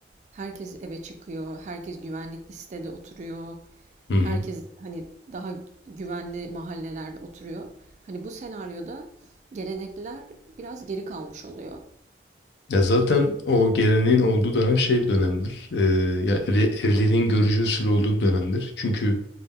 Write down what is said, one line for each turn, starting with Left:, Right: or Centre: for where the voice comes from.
Right: herkes eve çıkıyor, herkes güvenlikli sitede oturuyor,
Left: Hı hı.
Right: herkes hani daha güvenli mahallelerde oturuyor. Hani bu senaryoda gelenekler biraz geri kalmış oluyor.
Left: Ya zaten o geleneğin olduğu dönem şey bir dönemdir. Ee, ya ev- evliliğin görücü usulü olduğu bir dönemdir. Çünkü